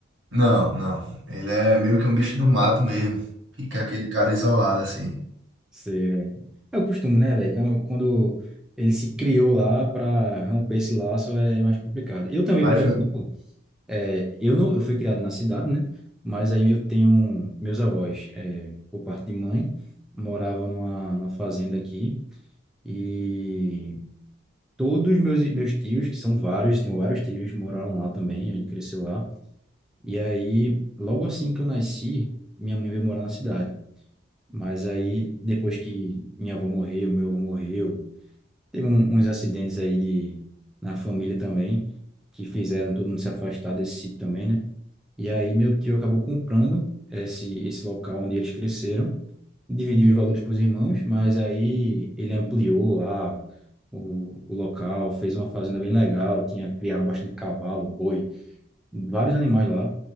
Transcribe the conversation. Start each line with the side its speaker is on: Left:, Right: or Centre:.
Right: Não, não. Ele é meio que um bicho do mato mesmo. Fica aquele cara isolado assim.
Centre: Você É o costume, né, velho? Quando quando ele se criou lá para romper esse laço é mais complicado. Eu também,
Right: Mas
Centre: por exemplo,
Right: foi.
Centre: é, eu não, eu fui criado na cidade, né? Mas aí eu tenho meus avós, é, por parte de mãe, moravam numa, numa fazenda aqui e todos meus meus tios, que são vários, tenho vários tios, moraram lá também. A gente cresceu lá. E aí, logo assim que eu nasci, minha mãe veio morar na cidade. Mas aí, depois que minha avó morreu, meu avô morreu Teve um- uns acidentes aí de, na família também, que fizeram todo mundo se afastar desse sítio também, né? E aí meu tio acabou comprando esse, esse local onde eles cresceram, dividiu os valores para os irmãos, mas aí ele ampliou lá o, o local, fez uma fazenda bem legal, tinha, criava bastante cavalo, boi, vários animais lá.